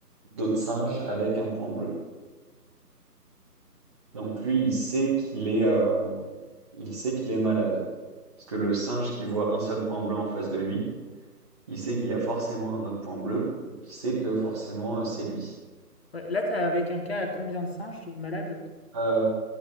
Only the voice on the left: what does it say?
Ouais, là, t'as avec un cas à combien de singes malades